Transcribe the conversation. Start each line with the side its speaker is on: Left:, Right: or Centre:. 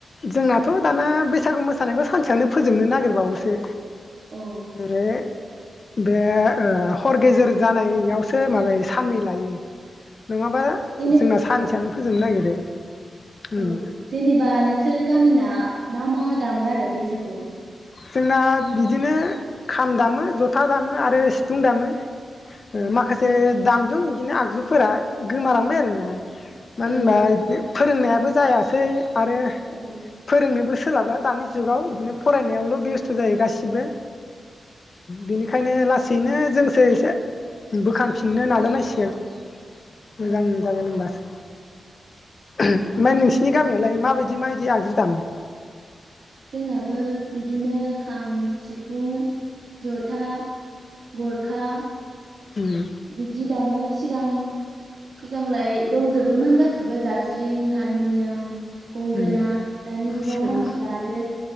Left: जोंनाथ' दाना बैसागु मोसानायखौ सानसेयावनो फोजोबनो नागिरबावोसो।
Right: औ
Left: बे बे ओ हर गेजेर जानायावसो माबाय साननै लायो। नोङाबा
Right: जेने
Left: जोंना सानसेयानो फोजोबनो नागिरो। उम
Right: औ जेनेब बा नोंसोर गामिना मा मा दामो आरो बैसागु
Left: जोंना बिदिनो खाम दामो ज' था दामो आरो सिफुं दामो। ओ
Right: औ
Left: माखासे दाम जों इदिनो आगजुफोरा गोमालांबाय आरोना। मानो
Right: औ
Left: होमबा इदिनो फोरोंनायाबो जायासै आरो
Right: औ
Left: फोरोंनोबो सोलाबला दानि जुगाव इदिनो फरायनायावल' बेस्थ जायो गासिबो । बेनिखायनो लासैनो जोंसो एसे बोखांफिननो नाजानांसिगोन। मोजां
Right: ओं
Left: जागोन होनबासो। ओमाय नोंसिनि गामियावलाय मा बायदि मा बायदि आगजु दामो?
Right: जोंनाबो बिदिनो खाम, सिफुं, जथा, गरखा
Left: उम
Right: बिदि दामो। सिगां सिगांलाय दंजोबोमोन गासिबो जाबस्रिं, हारमुनियाम गंगोना
Left: उम
Right: दानि जुगाव
Left: सेरजा
Right: मानसिफ्रा आरो